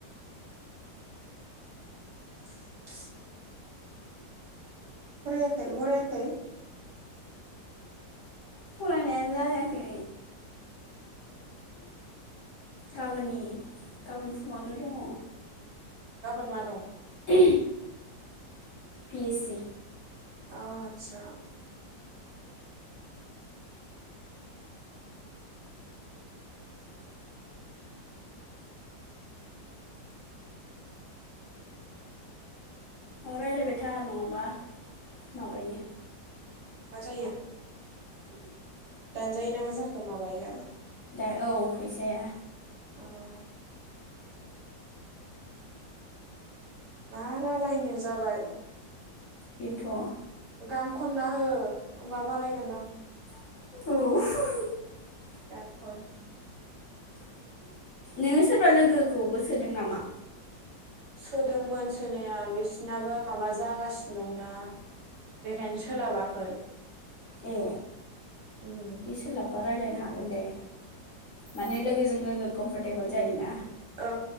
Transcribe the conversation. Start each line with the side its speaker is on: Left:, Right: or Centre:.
Right: <inaudible> फरायाखै हरायाखै
Left: फरायनायानो जायाखै गाबोननि गाबोन फुङावनो दङ।
Right: गाबोन मा दं?
Left: बि ए सि
Right: अ' आथसा
Left: अ रायलायबाय था नङाबा माबायो।
Right: मा जायो? दानजायो ना मा जाखो माबायो।
Left: दा औ फैसाया
Right: अ' मा रालायनो जाबाय।
Left: बेनोथ' औ
Right: गान खनना हो। होमबा बारायगोनदां।
Left: औ
Right: गान खन।
Left: नोङो सोरबा लोगोखौबो सोदों नामा?
Right: सोदोंमोन सोनाया बिसिनाबो माबा जागासिनो दंना बेखायनो सोलाबाखै।
Left: ए
Right: उम
Left: बि सोलाब बा रायलायनो हागोन दे। माने लोगोजों लोगो कम्फेटेबोल जायोना।
Right: औ